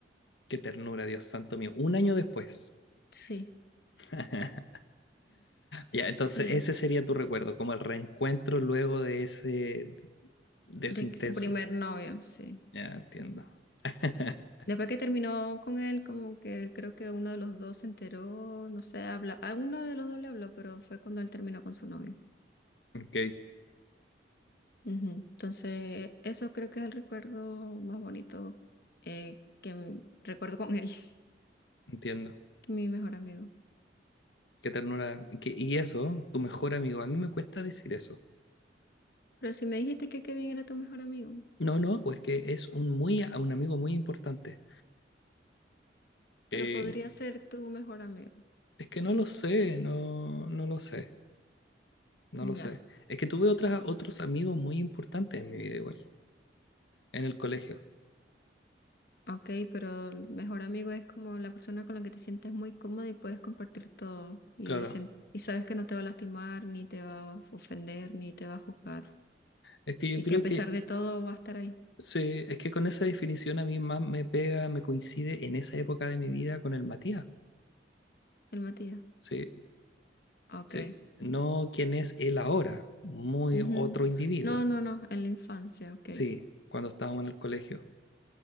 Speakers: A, on the left (about 80°); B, on the left (about 60°).
A: Qué ternura, Dios santo mío. Un año después.
B: Sí,
A: <laughs> Ya, entonces
B: sí.
A: ese sería tu recuerdo, como el reencuentro luego de ese, de eso
B: De
A: intenso.
B: que su primer novio, sí.
A: Ya, entiendo. <laughs>
B: Después que terminó con él, como que creo que uno de los dos se enteró, no sé, habla, a uno de los dos le habló, pero fue cuando él terminó con su novio.
A: Ok,
B: Ujú. Entonces, eso creo que es el recuerdo más bonito eh, que m- recuerdo con él, <laughs>
A: entiendo.
B: mi mejor amigo.
A: Qué ternura. Que- y eso, tu mejor amigo. A mí me cuesta decir eso.
B: Pero si me dijiste que Kevin era tu mejor amigo,
A: No, no, pues que es un muy, un amigo muy importante.
B: pero
A: Eh,
B: podría ser tu mejor amigo.
A: es que no lo sé, no, no lo sé, no
B: Ya,
A: lo sé. Es que tuve otras, otros amigos muy importantes en mi vida igual, en el colegio.
B: ok, pero el mejor amigo es como la persona con la que te sientes muy cómodo y puedes compartir todo y,
A: Claro.
B: sen- y sabes que no te va a lastimar, ni te va a ofender, ni te va a juzgar.
A: Es que yo
B: Y
A: creo
B: que a pesar
A: que
B: de todo va a estar ahí,
A: Sí, es que con esa definición a mí más me pega, me coincide en esa época de mi vida con el Matías.
B: el Matías.
A: Sí,
B: Ok.
A: sí. No quien es él ahora, muy
B: Ujú.
A: otro individuo.
B: No, no, no, en la infancia, ok.
A: Sí, cuando estábamos en el colegio.